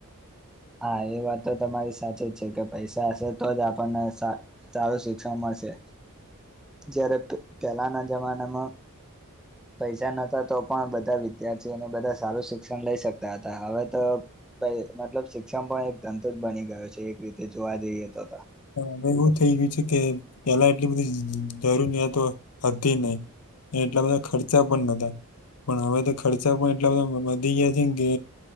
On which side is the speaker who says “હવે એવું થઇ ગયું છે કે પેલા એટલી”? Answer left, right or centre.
Left